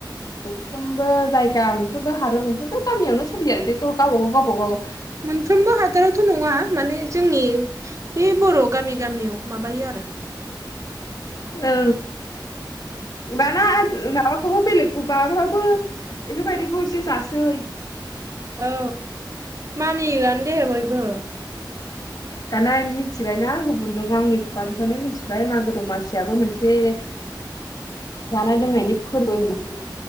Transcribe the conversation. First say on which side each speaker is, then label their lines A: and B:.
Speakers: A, on the left; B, on the right.
A: मोनफ्रोमबो जायगा मोनफ्रोमबो हादर मोनफ्रोमबो गामियावनो सोलियो आरो बेखौ गावबाागाव गावबाागाव
B: मोनफ्रोमबो हादरावथ' नङा। माने जोंनि बे बर' गामि गामियाव माबायो आरो
A: औ बाना माबाखौबो बेलेगखौ माबाफ्रावबो बेफोरबायदिखौ एसे जासै
B: औ मानियोआनो दे बयबो
A: दाना मिथिबायना गुबु नों आंनि खुखानिफ्रायनो मिथिबाय मागो दमासियाबो मोनसे जानाय लोंनायनि फोरबो होन्नानै